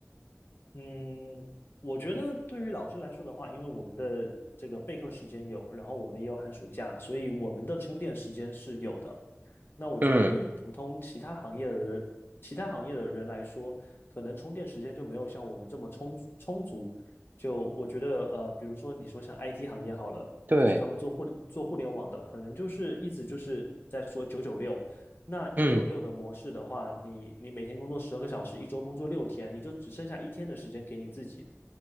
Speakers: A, on the left; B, on the right.
A: 嗯，我觉得对于老师来说的话，因为我们的这个备课时间有，然后我们也有寒暑假，所以我们的充电时间是有的。那我觉得对于普通其他行业的人，
B: 嗯，
A: 其他行业的人来说，可能充电时间就没有像我们这么充充足。就我觉得，呃，比如说你说像 IT 行业好了，
B: 对，
A: 就是他们做互做互联网的，可能就是一直就是在说九九六，那九九六的模式的话，
B: 嗯，
A: 你你每天工作十二个小时，一周工作六天，你就只剩下一天的时间给你自己，